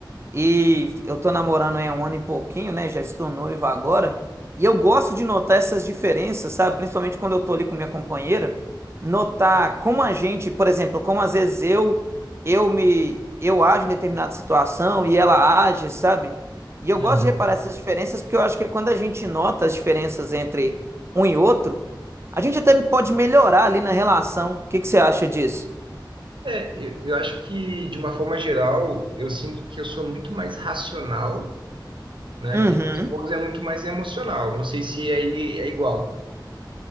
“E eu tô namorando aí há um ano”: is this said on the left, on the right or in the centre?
Right